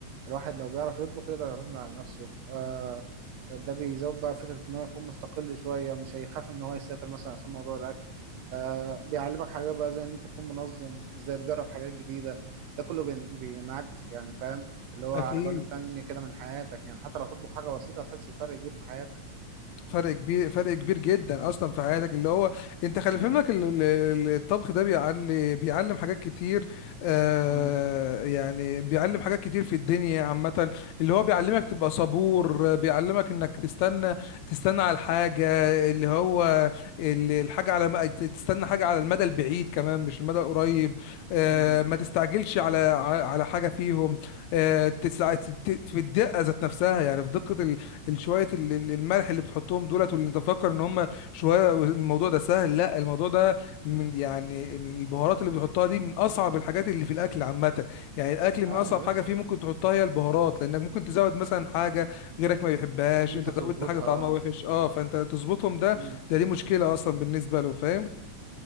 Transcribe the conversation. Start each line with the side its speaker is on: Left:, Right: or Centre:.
Right: الواحد لو بيعرف يطبخ يقدر يعتمد على نفسه آه، ده بيزود بقى فكرة إن هو يكون مستقل شوية مش هيخاف إن هو يسافر مثلا عشان موضوع الأكل آه، بيعلمك حاجات بقى زي إن أنت تكون منظم إزاي تجرب حاجات جديدة ده كله بين- بينعكس يعني فاهم اللي هو
Left: اكيد
Right: على جوانب تانية كده من حياتك يعني حتى لو هتطبخ حاجة بسيطة هتحس بفرق كبير في حياتك
Left: فرق كبير فرق كبير جدا اصلا في حياتك اللي هو انت خلي في بالك ال- ال- ال- الطبخ ده بيعلي بيعلم حاجات كتير آه
Right: مم.
Left: يعني بيعلم حاجات كتير في الدنيا عامة اللي هو بيعلمك تبقى صبور بيعلمك انك تستنى تستنى على الحاجة اللي هو ال- الحاجة على م- تستنى حاجة على المدى البعيد كمان مش المدى القريب آه
Right: مم.
Left: ما تستعجلش على على على حاجة فيهم آه تسع- ت- ت- في الدقة ذات نفسها يعني في دقة الشوية ال- ال- الملح اللي بتحطهم دولت واللي انت فاكر ان هم شوية الموضوع ده سهل لا الموضوع ده من يعني البهارات اللي بتحطها دي من اصعب الحاجات اللي في الاكل عامة يعني الاكل من
Right: اه
Left: اصعب
Right: يا باشا
Left: حاجة فيه ممكن تحطها هي البهارات لانك ممكن تزود مثلا حاجة غيرك ما يحبهاش
Right: انت
Left: انت
Right: تظبطها
Left: زودت حاجة طعمها وحش
Right: اه
Left: اه فانت تظبطهم ده
Right: مم.
Left: ده دي مشكلة اصلا بالنسبة له فاهم